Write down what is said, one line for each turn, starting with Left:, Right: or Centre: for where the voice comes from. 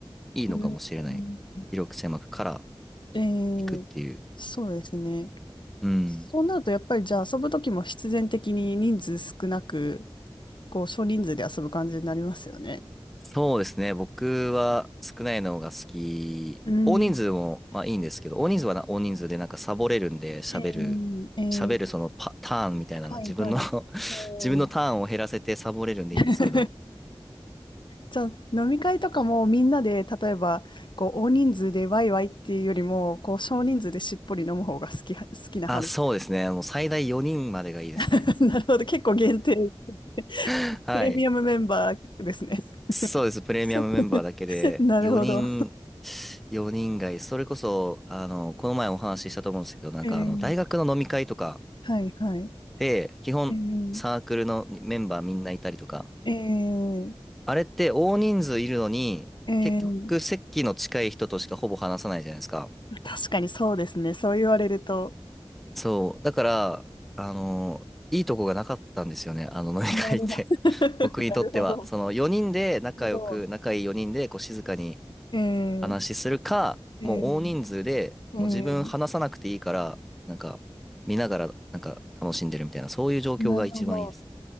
Centre: いいのかもしれない。
Left: うん
Centre: 広く狭くから
Left: えー、
Centre: 行くっていう。
Left: そうですね。
Centre: うん。
Left: そうなると、やっぱりじゃあ遊ぶときも必然的に人数少なく、こう少人数で遊ぶ感じになりますよね。
Centre: そうですね。僕は少ないのが好き。
Left: うん。
Centre: 大人数もまあいいんですけど、大人数はな大人数でなんかサボれるんで喋る、
Left: えー、えー、
Centre: 喋るそのパ、ターンみたいなの、
Left: はいはい。
Centre: 自分の <laughs>
Left: えー
Centre: 自分のターンを減らせてサボれるんでいいんですけど。
Left: <laughs> じゃあ飲み会とかもみんなで例えばこう大人数でワイワイっていうよりもこう少人数でしっぽり飲む方が好き、<laughs> 好きな派です。
Centre: あ、そうですね。もう最大4人までがいいですね。
Left: <laughs> なるほど。結構限定、
Centre: <laughs>
Left: <laughs>
Centre: はい。
Left: プレミアムメンバーですね。
Centre: そうです。プレミアムメンバーだけで、
Left: <laughs> なるほど。
Centre: 4人、4人がいい。それこそ、あの、この前お話ししたと思うんですけど、なんかあの、
Left: えー、
Centre: 大学の飲み会とか
Left: はいはい。
Centre: で、基本サークルのメンバーみんないたりとか、
Left: えー、えー、
Centre: あれって大人数いるのに、
Left: えー
Centre: 結局席の近い人としかほぼ話さないじゃないですか。
Left: 確かにそうですね。そう言われると。
Centre: そう。だから、あの、いいとこがなかったんですよね。あの飲み会って。
Left: なるほど。<laughs>
Centre: <laughs> 僕にとっては。
Left: なるほど。
Centre: その4人で仲良く、
Left: なるほど
Centre: 仲いい4人でこう静かに
Left: えー、
Centre: 話しするか、
Left: えー、
Centre: もう大人数で、
Left: えー、
Centre: もう自分話さなくていいから、
Left: えー
Centre: なんか見ながらなんか楽しんでるみたいな、そういう状況が一番いいです。
Left: なるほど。